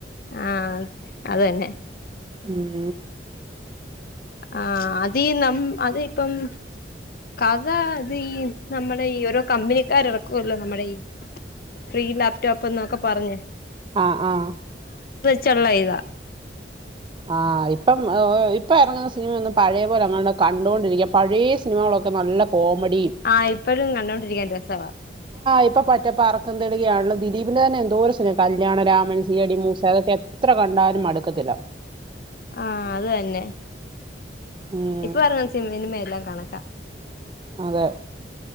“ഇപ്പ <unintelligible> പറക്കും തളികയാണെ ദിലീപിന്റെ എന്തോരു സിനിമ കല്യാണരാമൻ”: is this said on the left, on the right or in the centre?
Right